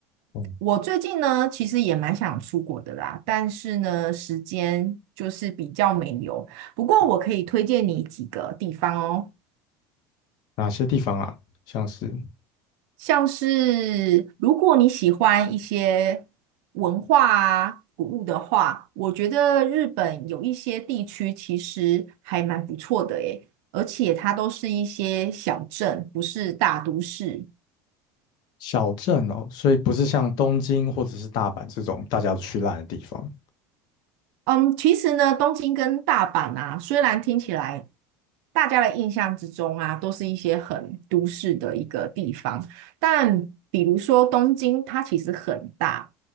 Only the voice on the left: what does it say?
哦，
哪些地方啊？像是
小镇哦，所以不是像东京或者是大阪这种大家都去烂的地方。